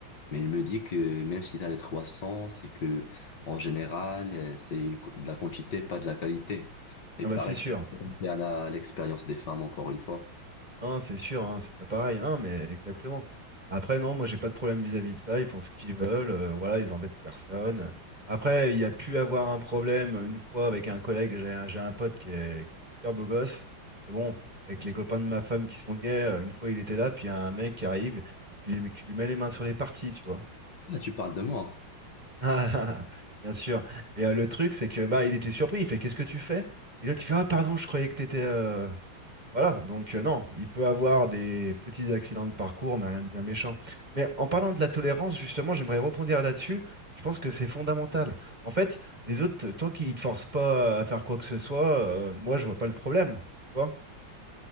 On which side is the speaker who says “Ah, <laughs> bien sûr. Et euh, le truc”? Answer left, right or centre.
Right